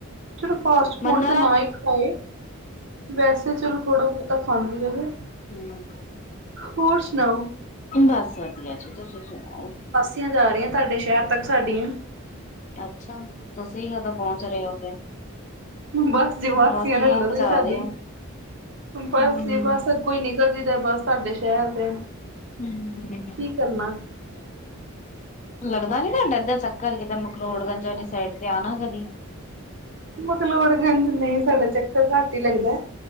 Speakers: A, on the right; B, on the left.
A: ਚਲੋ, ਫਾਸਟ ਫੂਡ
B: ਮੰਨਤ
A: ਤੇ ਨਾ ਹੀ ਖਾਏ ਵੈਸੇ, ਚਲੋ ਥੋੜਾ-ਬਹੁਤਾ ਖਾਂਦੀ ਰਵੇ।
B: ਹੂੰ।।
A: ਹੋਰ ਸੁਣਾਓ?
B: ਬਸ ਵਧੀਆ ਜੀ ਤੁਸੀਂ ਸੁਣਾਓ?
A: ਤੀਆਂ ਜਾ ਰਹੀਆਂ ਤੁਹਾਡੇ ਸ਼ਹਿਰ ਤੱਕ ਸਾਡੀਆਂ।
B: ਅੱਛਾ ਤੁਸੀਂ ਕਦੋਂ ਪਹੁੰਚ ਰਹੇ ਹੋ ਫਿਰ?
A: ਬਸ ਜੀ ਵਾਸੀਆਂ
B: ਬਾਸੀਆਂ
A: ਲਲੋ
B: ਪਹੁੰਚਾ
A: ਤੁ ਸਾਡੀ
B: ਰਹੇ ਹੋ।
A: ਬਸ
B: ਹੂੰ
A: ਜੀ ਬਸ। ਕੋਈ ਨਿਕਲ ਜੀਦਾ ਬਸ ਤੁਹਾਡੇ ਸ਼ਹਿਰ ਤੇ।
B: ਹੂੰ।
A: ਕੀ ਕਰਨਾ।
B: ਲੱਗਦਾ ਨੀ ਨਾ ਤਾਡਾ ਐਧਰ ਚੱਕਰ ਕਿਤੇ ਮਕਰੋੜਗੰਜ ਵਾਲੀ ਸਾਈਡ ਤੇ ਆਉਣਾ ਕਦੀ।
A: ਮਕਲੋੜਗੰਜ ਨਹੀਂ ਸਾਡਾ ਚੱਕਰ ਘੱਟ ਹੀ ਲੱਗਦਾ